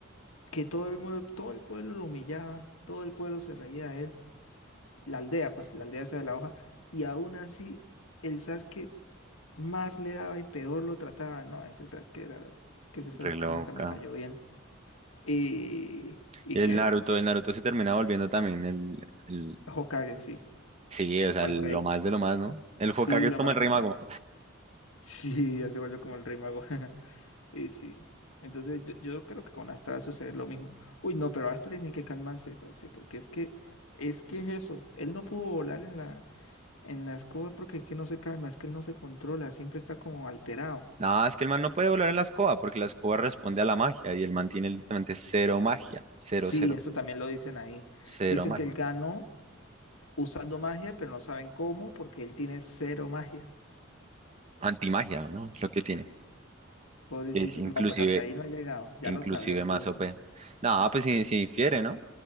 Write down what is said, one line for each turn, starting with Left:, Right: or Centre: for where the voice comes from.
Left: Que todo el, mue- todo el pueblo lo humillaba. Todo el pueblo se reía la aldea, pues la aldea esa de la hoja, y aún así el Sasuke más le daba y peor lo trataba. No, ese Sasuke era, es que ese Sasuke
Right: re loca.
Left: nunca me cayó bien. ¿Y, ¿y
Right: Y El
Left: qué?
Right: Naruto, el Naruto se termina volviendo también el el,
Left: Hokage, sí,
Right: Sí, o
Left: como
Right: sea, lo
Left: el rey.
Right: más de lo más, ¿no? El Hokage
Left: Sí, lo
Right: es como
Left: más
Right: el Rey
Left: de lo
Right: Mago.
Left: más. <laughs> Sí, él se volvió como el rey mago. <laughs> Y sí. Entonces yo, yo creo que con Asta va a suceder lo mismo. Uy, no, pero Asta tiene que calmarse, parce, porque es que, es que es eso. Él no pudo volar en la En la escoba porque es que no se calma, es que él no se controla, siempre está como alterado.
Right: Nada, es que el man no puede volar en la escoba porque la escoba responde a la magia y el man tiene literalmente cero magia. Cero,
Left: Sí,
Right: cero.
Left: eso también lo dicen ahí.
Right: Cero
Left: Dicen
Right: magia.
Left: que él ganó usando magia, pero no saben cómo porque él tiene cero magia.
Right: Antimagia, ¿no? Es lo que tiene.
Left: Pobrecito,
Right: Que es inclusive,
Left: no, pues hasta ahí no ha llegado, ya
Right: inclusive
Left: lo sabré entonces.
Right: más OP. no pues si, si infiere, ¿no?